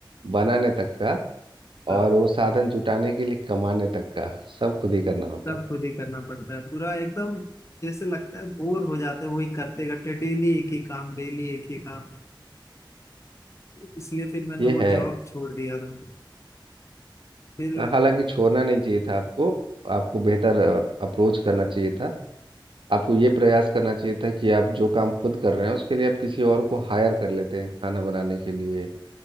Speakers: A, on the right; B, on the left.
A: बनाने तक का
B: था।
A: और वो साधन जुटाने के लिए कमाने तक का सब खुद ही करना होता
B: सब
A: है
B: खुद ही करना पड़ता है पूरा एकदम जैसे लगता है बोर हो जाते हैं वही करते करते डेली एक ही काम डेली एक ही काम इसलिए फिर मैंने
A: ये
B: वो
A: है
B: जॉब छोड़ दिया था फिर
A: हालांकि छोड़ना नहीं चाहिए था आपको आपको बेहतर अप्रोच करना चाहिए था आपको ये प्रयास करना चाहिए था कि आप जो काम खुद कर रहे हैं उसके लिए आप किसी और को हायर कर लेते हैं खाना बनाने के लिए